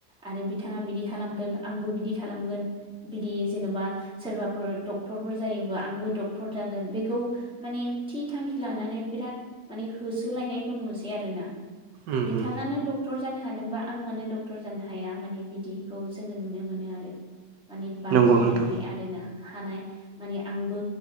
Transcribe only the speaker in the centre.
आरो बिथाङा बिदि खालामदों आंबो बिदि खालामगोन बिदि जेनबा सोरबाफोर डक्टरफोर जायोबा आंबो डक्टर जागोन बेखौ माने थि थांखि लानानै बिराद माने होसोलायनायखौ नुसै आरोना
बिथाङानो
डक्टर जानो हादोंबा आं मानो डक्टर जानो हाया माने बिदिखौ जोङो नुनो मोनो आरो माने बादिलायनाय
आरो ना हानाय माने आंबो